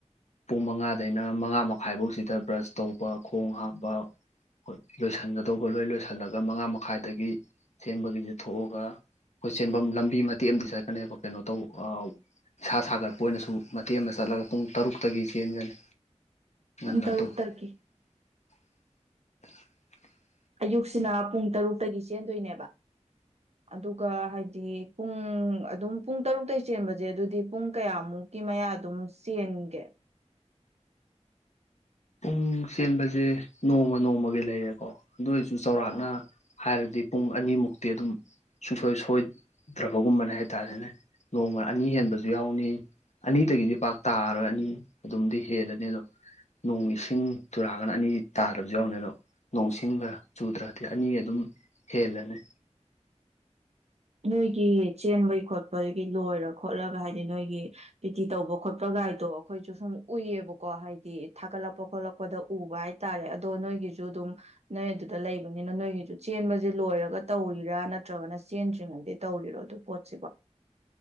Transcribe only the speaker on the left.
ꯄꯨꯡ ꯃꯉꯥꯗꯩꯅ ꯃꯉꯥ ꯃꯈꯥꯏ ꯐꯧꯁꯤꯗ ꯕ꯭ꯔꯁ ꯇꯧꯕ ꯈꯣꯡ ꯍꯥꯝꯕ ꯍꯣꯏ ꯂꯣꯏꯁꯤꯟꯒꯗꯧꯕ ꯂꯣꯏ ꯂꯣꯏꯁꯤꯜꯂꯒ ꯃꯉꯥ ꯃꯈꯥꯏꯗꯒꯤ ꯆ‌ꯦꯟꯕꯒꯤꯁ‌ꯦ ꯊ‌ꯣꯛꯑꯒ ꯑꯈ‌ꯣꯢ ꯆ‌ꯦꯟꯕꯝ ꯂꯝꯕꯤ ꯃꯇ‌ꯦꯛ ꯑꯃꯗꯤ ꯆꯠꯀꯅ‌ꯦꯕ ꯀꯩꯅ‌ꯣ ꯇꯧ ꯑ ꯏꯁꯥ ꯁꯥꯒꯠꯄ ꯑꯣꯏꯅꯁꯨ ꯃꯇꯦꯛ ꯑꯃ ꯆꯠꯂꯒ ꯄꯨꯡ ꯇꯔꯨꯛꯇꯒꯤ ꯆꯦꯟꯒꯅꯤ
ꯉꯟꯅ
ꯑꯗꯨꯝ <inaudible>
ꯄꯨꯡ ꯆꯦꯟꯕꯖꯦ ꯅꯣꯡꯃ ꯅꯣꯡꯃꯒꯤ ꯂꯩꯔꯦꯀꯣ ꯑꯗꯨ ꯑꯣꯏꯔꯁꯨ ꯆꯧꯔꯥꯛꯅ ꯍꯥꯏꯔꯗꯤ ꯄꯨꯡ ꯑꯅꯤꯃꯨꯛꯇꯤ ꯑꯗꯨꯝ ꯁꯨꯡꯁꯣꯏ ꯁꯣꯏꯗ꯭ꯔꯕꯒꯨꯝꯕꯅꯦ ꯍꯥꯏ ꯇꯥꯔꯦꯅꯦ ꯅꯣꯡꯃ ꯑꯅꯤ ꯍꯦꯟꯕꯁꯨ ꯌꯥꯎꯅꯤ ꯑꯅꯤꯗꯒꯤꯗꯤ ꯄꯥꯛ ꯇꯥꯔꯔꯣꯏ ꯑꯅꯤ ꯑꯗꯨꯝꯗꯤ ꯍꯦꯜꯂꯅꯤ ꯑꯗꯣ ꯅꯣꯡ ꯏꯁꯤꯡ ꯆꯨꯔꯛꯑꯒꯅ ꯑꯅꯤ ꯇꯥꯗꯕꯁꯨ ꯌꯥꯎꯅꯤ ꯑꯗꯣ ꯅꯣꯡ ꯏꯁꯤꯡꯒ ꯆꯨꯗ꯭ꯔꯗꯤ ꯑꯅꯤ ꯑꯗꯨꯝ ꯍꯦꯜꯂꯅꯤ